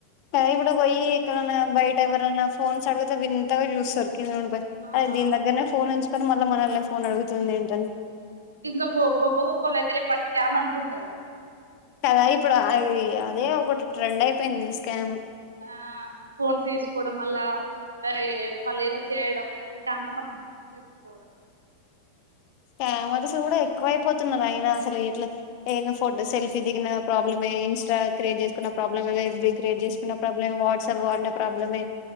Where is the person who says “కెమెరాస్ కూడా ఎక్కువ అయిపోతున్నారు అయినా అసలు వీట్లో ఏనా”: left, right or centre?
Left